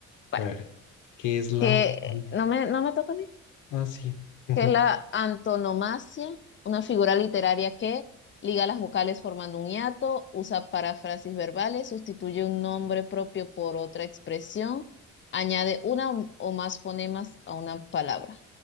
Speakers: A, on the left; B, on the left.
A: bueno,
B: A ver, ¿qué es la...
A: que
B: an-
A: no me, no me toca
B: Ah, sí. <laughs>
A: que es la antonomasia, una figura literaria que liga las vocales formando un hiato, usa paráfrasis verbales, sustituye un nombre propio por otra expresión, añade una o o más fonemas a una palabra.